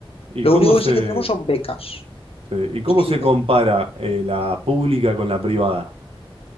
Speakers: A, on the right (about 80°); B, on the left (about 90°).
A: ¿Y
B: Lo
A: cómo
B: único
A: se,
B: que sí que tenemos son becas.
A: sí, ¿Y cómo
B: Sí,
A: se
B: dime.
A: compara eh, la pública con la privada?